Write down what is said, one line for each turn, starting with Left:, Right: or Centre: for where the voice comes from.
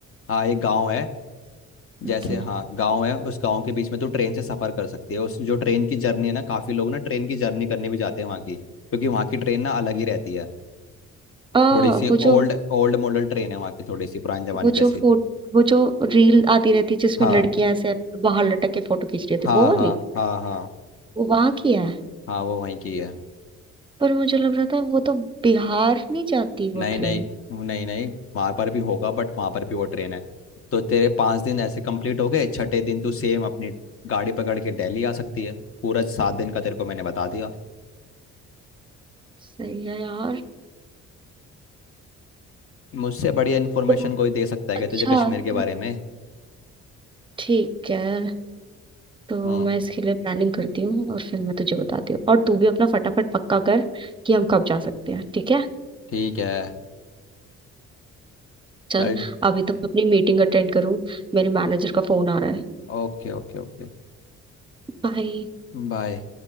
Left: हाँ एक गाँव है जैसे
Right: ओके
Left: हाँ गांव है उस गांव के बीच में तो ट्रेन से सफर कर सकती है उस जो ट्रेन की जर्नी है ना काफी लोग ना ट्रेन की जर्नी करने भी जाते हैं वहाँ की क्योंकि वहाँ की ट्रेन ना अलग ही रहती है
Right: आ
Left: थोड़ी सी
Right: वो जो
Left: ओल्ड ओल्ड मॉडल ट्रेन है वहाँ की थोड़ी सी पुराने जमाने
Right: वो
Left: जैसी
Right: जो फोट वो जो रील आती रहती है जिसमें
Left: हाँ
Right: लड़कियां ऐसे बाहर लटक के फोटो खींच रही होती
Left: हाँ
Right: है, वो वाली
Left: हाँ हाँ हाँ
Right: वो वहां की है
Left: हाँ वो वहीं की है
Right: पर मुझे लग रहा था वो तो बिहार नहीं जाती वो
Left: नहीं
Right: ट्रेन
Left: नहीं नहीं नहीं वहाँ पर भी होगा बट वहाँ पर भी वो ट्रेन है तो तेरे पाँच दिन ऐसे कंप्लीट हो गए छठे दिन तू सेम अपनी गाड़ी पकड़ के दिल्ली आ सकती है पूरा सात दिन का तेरे को मैंने बता दिया
Right: सही है यार
Left: मुझसे बढ़िया इन्फॉर्मेशन
Right: तो
Left: कोई दे सकता है
Right: अच्छा
Left: क्या तुझे कश्मीर
Right: तो
Left: के बारे में
Right: ठीक है तो
Left: हाँ
Right: मैं इसके लिए प्लानिंग करती हूँ और फिर मैं तुझे बताती हूँ और तू भी अपना फटाफट पक्का कर कि हम कब जा सकते हैं ठीक है
Left: ठीक है
Right: चल
Left: चल
Right: अभी तो मैं अपनी मीटिंग अटेंड करूँ मेरे मैनेजर का फोन आ रहा है
Left: Okay okay okay
Right: बाय
Left: बाय